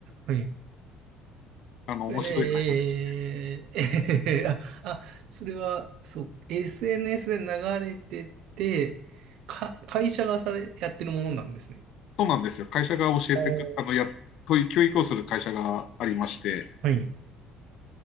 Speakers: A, on the right; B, on the left.
A: はい。
B: あの、面白い会社でした。
A: ええ <laughs> あ、あ、それは、そう、SNS で流れてて、か、会社がされ、やってるものなんですね。
B: そうなんですよ。会社が教えてく、
A: お
B: あの、
A: ー
B: や、そういう教育をする会社がありまして、
A: はい。